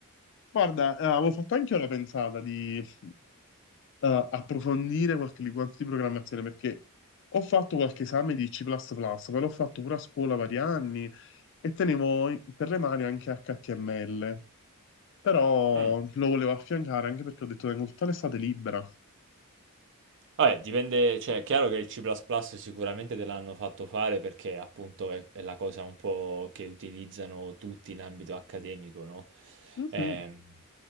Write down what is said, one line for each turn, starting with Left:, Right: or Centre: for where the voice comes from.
Left: Guarda, eh, avevo fatto anche io la pensata di eh, approfondire qualche linguaggio di programmazione perché ho fatto qualche esame di C++, ma l'ho fatto pure a scuola vari anni e tenevo i- per le mani anche HTML, però
Right: Mh.
Left: lo volevo affiancare anche perché ho detto tengo tutta l'estate libera.
Right: Vabbè, dipende, cioè è chiaro che il C++ sicuramente te l'hanno fatto fare perché appunto è, è la cosa un po' che utilizzano tutti in ambito accademico, no?
Left: Mhm.
Right: Ehm,